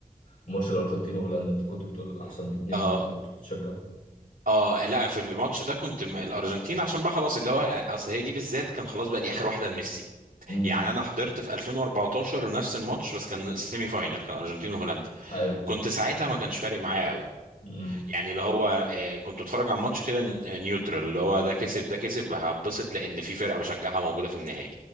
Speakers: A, on the left; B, on the right.
A: في ماتش الارجنتين وهولندا انت كنت بتقول احسن اتنين
B: اه
A: كنت بت- بتشجع
B: اه لا في الماتش ده كنت م- الارجنتين عشان بقى خلاص اللي هو اصل هي دي بالذات كان خلاص بقى دي اخر واحده لميسي
A: امم
B: يعني انا حضرت في 2014 نفس الماتش بس كان سيمي فاينل كان ارجنتين وهولندا
A: ايوه
B: كنت ساعتها ما كانش فارق معايا قوي
A: امم
B: يعني اللي هو آه، كنت بتفرج على ماتش كده ني- آه، نيوترال اللي هو ده كسب ده كسب هبسط لان في فرقه بشجعها موجوده في النهائي